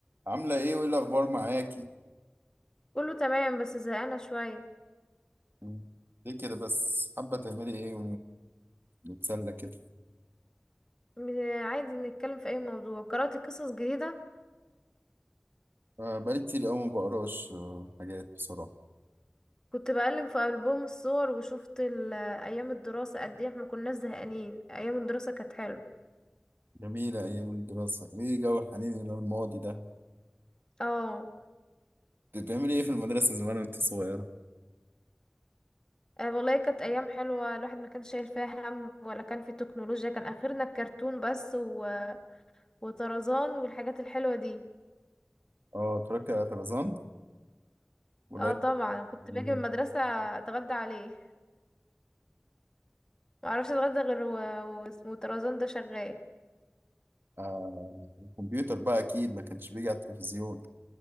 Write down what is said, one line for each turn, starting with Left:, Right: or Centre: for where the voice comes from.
Right: عاملة ايه وايه الأخبار معاكي؟
Left: كله تمام بس زهقانة شوية
Right: مم. ليه كده بس حابة تعملي ايه ونتسلى كده
Left: م- عادي نتكلم في أي موضوع قرأت قصص جديدة
Right: آه بقالي كتير أوي ما بقراش آه، حاجات بصراحة
Left: كنت بقلب في ألبوم الصور وشفت ال- أيام الدراسة قد إيه احنا كناش زهقانين أيام الدراسة كانت حلوة
Right: جميلة أيام الدراسة ايه جو الحنين إلى الماضي ده
Left: اه
Right: كنت بتعملي ايه في المدرسة زمان وانت صغيرة؟
Left: آه والله كانت أيام حلوة الواحد ما كانش شايل فيها هم ولا كان في تكنولوجيا كان آخرنا الكرتون بس و... وطرزان والحاجات الحلوة دي
Right: اه اتفرجت على طرزان ولا
Left: اه طبعا كنت
Right: <laughs>
Left: باجي من المدرسة أتغدى عليه معرفش أتغدى غير و- واسمه طرزان ده شغال
Right: آه الكمبيوتر بقى أكيد ما كانش بيجي على التلفزيون